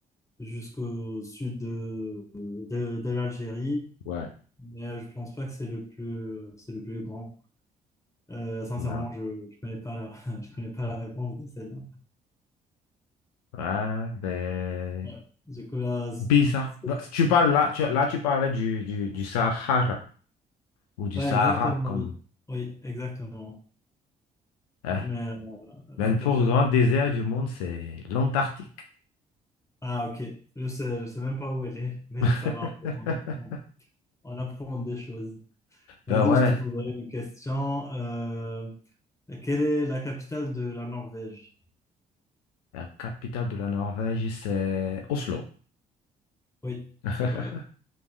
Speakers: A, on the left (about 15°); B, on the left (about 70°).
A: jusqu'au sud de, de, de l'Algérie.
B: Ouais.
A: Mais euh, je pense pas que c'est le plus, c'est le plus grand. Euh, sincèrement,
B: Là.
A: je, je connais pas la, <laughs> je connais pas la réponse de celle-là.
B: Ouais, ben.
A: Ouais. Du coup, là,
B: Bizarre.
A: c'est-
B: Bah, si Tu parles là, tu, là, tu parlais du, du, du Sahara ou du
A: ouais,
B: Sahara
A: exactement,
B: comme.
A: oui. Oui, exactement.
B: hein.
A: Mais euh,
B: Mais
A: je
B: le
A: pense
B: plus
A: que...
B: grand désert du monde, c'est l'Antarctique.
A: Ah, ok. Je sais, je sais même pas où elle est, mais
B: <laughs>
A: ça va, en fait, on apprend, on apprend des choses. Vas-y,
B: Ben ouais,
A: je te poserai une question. Euh, quelle est la capitale de la Norvège?
B: la capitale de la Norvège, c'est Oslo.
A: Oui,
B: <laughs>
A: c'est correct.